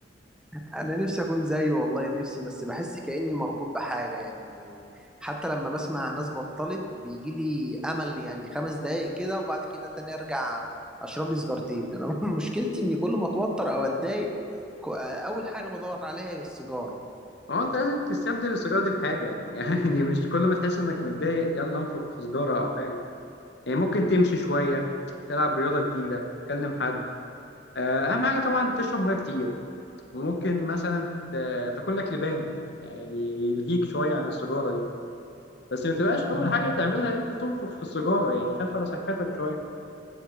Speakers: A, in the centre; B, on the left.
A: انا نفسي اكون زيه والله نفسي بس بحس كاني مربوط بحاجه يعني حتى لما بسمع ناس بطلت بيجي لي امل يعني خمس دقايق كده وبعد كده تاني ارجع اشرب لي سيجارتين انا <laughs> مشكلتي اني كل ما اتوتر او اتضايق ك- اول حاجه بدور عليها هي السيجاره
B: هو انت لازم تستبدل السيجاره دي بحاجه <laughs> يعني مش كل ما تحس انك متضايق يلا انفخ في سيجاره او حاجه يعني ممكن تمشي شويه تلعب رياضه جديده تكلم حد آه، اهم حاجه طبعا تشرب ميه كتير وممكن مثلا ت- تاكل لك لبان يعني يلهيك شويه عن السيجاره دي بس ما تبقاش اول حاجه تعملها ان انت تنفخ في السيجاره يعني خاف على صحتك شويه